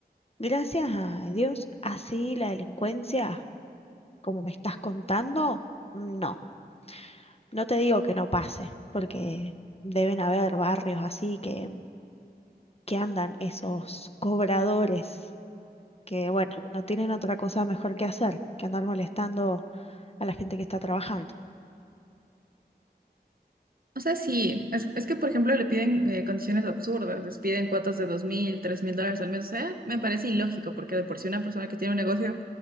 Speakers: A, on the left; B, on the right.
A: Gracias a Dios, así la delincuencia, como me estás contando, no. No te digo que no pase, porque deben haber barrios así que, que andan esos cobradores que, bueno, no tienen otra cosa mejor que hacer que andar molestando a la gente que está trabajando.
B: O sea, sí, es, es que, por ejemplo, le piden eh, condiciones absurdas, les piden cuotas de dos mil, tres mil dólares al mes. O sea, me parece ilógico porque de por sí una persona que tiene un negocio